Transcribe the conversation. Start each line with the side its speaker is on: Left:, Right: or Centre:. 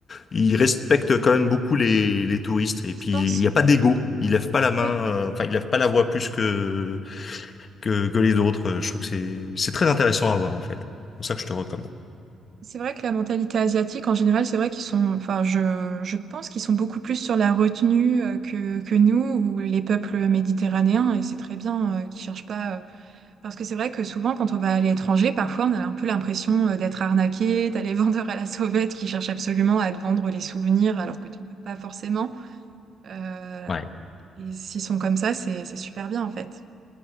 Left: ils respectent quand même beaucoup les, les touristes. Et
Right: Distance?
Left: puis, il n'y a pas d'ego. Ils lèvent pas la main,
Right: Oui.
Left: euh, enfin, ils lèvent pas la voix plus que que, que les autres. Euh, Je trouve que c'est, c'est très intéressant à voir, en fait. C'est pour ça que je te recommande.
Right: C'est vrai que la mentalité asiatique, en général, c'est vrai qu'ils sont, enfin, je, je pense qu'ils sont beaucoup plus sur la retenue euh, que, que nous ou les peuples méditerranéens, et c'est très bien euh, qu'ils cherchent pas euh, Parce que c'est vrai que souvent, quand on va à l'étranger, parfois on a un peu l'impression euh, d'être arnaqué, t'as les vendeurs <laughs> à la sauvette qui cherchent absolument à te vendre les souvenirs alors que t'en veux pas forcément. Euh,
Left: Ouais.
Right: et s'ils sont comme ça, c'est c'est super bien en fait.